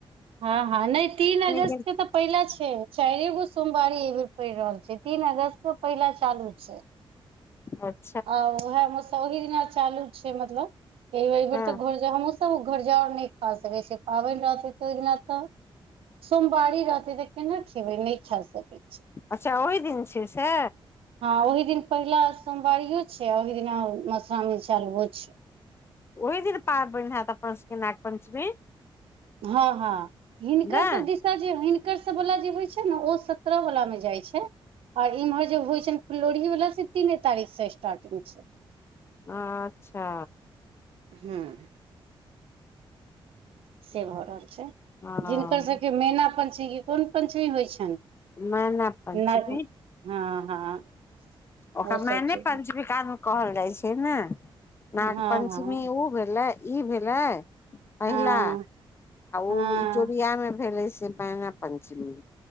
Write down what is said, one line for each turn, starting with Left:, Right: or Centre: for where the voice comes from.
Right: ह ह नहि तीन अगस्त
Left: जे
Right: के तऽ पहिला छै चार एगो सोमवारी एहि बेर पड़ रहल छै तीन अगस्त के पहिला चालू छै।
Left: अच्छा।
Right: आ ओह हम सभ ओहि दिना चालू छै मतलब एहि
Left: हँ
Right: बेर तऽ घर हम सभ घर जाउर नहि खा सकै छै पाबनि रहतै तऽ ओहि दिना तऽ सोमवारी रहते तऽ केना खेबै नहि छड़ सकैत छै।
Left: अच्छा ओहि दिन छै से।
Right: हँ ओहि दिन पहिला सोमवारियो छै आ ओहि दिन मधुश्रावणी चालुओ छै
Left: ओहि दिन पाबनि होयत अपन सभके नागपञ्चमी।
Right: हँ हँ हिनकर
Left: नहि
Right: सभ दिस जे हिनकर सभ वाला जे होइ छै ने ओ सत्रह वला मे जाइ छै आऔर इम्हर जे होइ छ छै ने फुलोढ़ी वाला से तीने तारीख से स्टार्टिंग छै
Left: अच्छा।
Right: हूँ। से भऽ रहल छै
Left: हँ
Right: जिनकर सभके मैना पञ्चमी कोन पञ्चमी होइ छनि
Left: मैना पञ्चमी
Right: नहि हँ हँ।
Left: ओकरा
Right: ओ
Left: मैने
Right: सब चीज
Left: पञ्चविकामे कहल जाइ छै ने नाग
Right: हँ हँ
Left: पञ्चमी ओ भेलै ई भेले पहिला
Right: हँ हँ हँ
Left: ओ इ जोड़ियामे भेलै से मैना पञ्चमी